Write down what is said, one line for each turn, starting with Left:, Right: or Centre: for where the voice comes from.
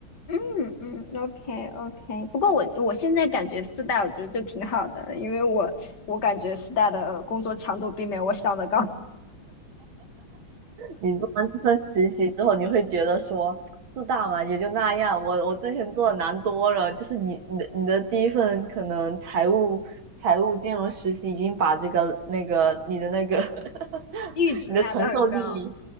Left: 嗯嗯，OK OK。不过我我现在感觉四大我觉得就挺好的，因为我我感觉四大的工作强度并没有我想的高，
Right: 你做完这份实习之后，你会觉得说四大嘛也就那样，我我之前做的难多了。就是你你的你的第一份可能财务财务金融实习已经把这个那个你的那个 <laughs>
Left: <laughs> 阈值拿的很高。
Right: 你的承受力